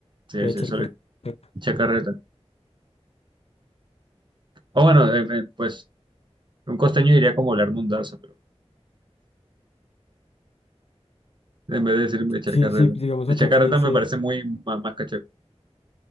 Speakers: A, on the right; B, on the left.
A: Sí,
B: de
A: sí,
B: echar
A: eso
B: carreta.
A: le echa carreta. O bueno, eh, eh, pues un costeño diría como hablar mundaza, pero en vez de decir echar
B: Sí,
A: carreta.
B: sí, digamos
A: Echar
B: acá
A: carreta
B: se dice,
A: me parece muy ma- más, cachaco.